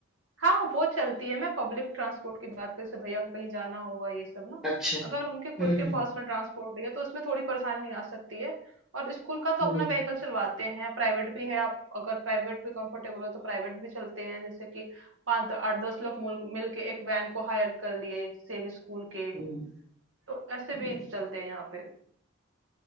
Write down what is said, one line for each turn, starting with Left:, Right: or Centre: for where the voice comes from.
Right: हाँ, वो चलती है, मैं पब्लिक ट्रांसपोर्ट की बात कर जैसे भैया को कहीं जाना हुआ ये सब ना,
Centre: अच्छा
Right: अगर
Centre: हम्म
Right: उनके खुद के पर्सनल ट्रांसपोर्ट नहीं है तो उसमें थोड़ी परेशानी आ सकती है और स्कूल का तो
Centre: हम्म
Right: अपना व्हीकल चलवाते हैं, प्राइवेट भी है आप अगर प्राइवेट में कंफर्टेबल हो तो प्राइवेट भी चलते हैं जैसे कि 5 8-10 लोग मुल- मिल के एक वैन को हायर कर लिए सेम स्कूल के,
Centre: हम्म
Right: तो ऐसे
Centre: हम्म।
Right: भी चलते हैं यहाँ पे।